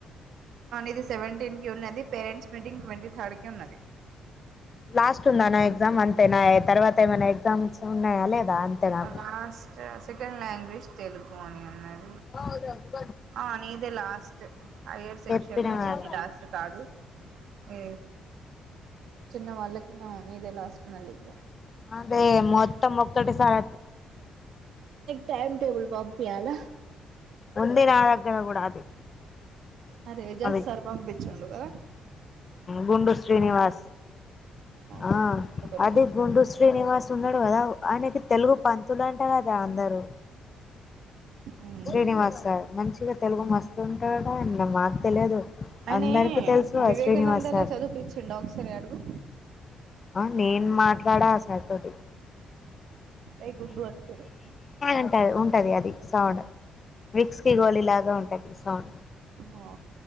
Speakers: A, on the right; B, on the left.
A: ఇది సెవెంటీన్ కి ఉన్నది పేరెంట్స్ మీటింగ్ ట్వంటీ థర్డ్కి ఉన్నది
B: లాస్ట్ ఉందానా ఎగ్జామ్ అంతేనా తర్వాత ఏమైనా ఎగ్జామ్ స ఉన్నాయా లేదా అంతే నాకు
A: లాస్ట్ సెకండ్ లాంగ్వేజ్ తెలుగు అని అన్నారు
B: అవుద
A: ఆ నీదే లాస్ట్ హయర్ సెక్షన్
B: చెప్పిన
A: లో
B: కదా
A: నీది లాస్ట్ కాదు ఏ చిన్న వాళ్ళకి న ఇదలాస్ట్న్ అళకి
B: అదే మొత్తం మొక్కటి సార్
A: టైమ్ టేబుల్ పంపిియాాల
B: ఉంది నా దగ్గర కూడా అది
A: ఆ రేజాస్
B: అది
A: సార్ పంపించండుగాద
B: గుండు శ్రీనివాస్
A: గుండు
B: ఆ
A: గుండు కను
B: అది గుడు శ్రీనివాస్ న్నాడు కదా ఆయనకి తెలుగు పంతులు అంటే కదా అందరుూ
A: ఉమ్
B: శ్రీనివాస్ సార్ మంచిగా తెలుగు మస్తుంటాడా అండ్ మాకు తెలియదు
A: అని
B: అందరికి తెలుసు
A: వివేకానందలా
B: ఆ శ్రీనివాస్ సార్
A: చదిపచ్చిం ఒకసారి అడుగు
B: ఆ నేను మాట్లాడా ఆసార్ తోటి
A: ఏ గుండు అని పిలువు
B: ఉంటది ఉంటది అది సౌడ్ విక్స్ కి గోళలాగా ఉంటాయి తెలుసం
A: ఆ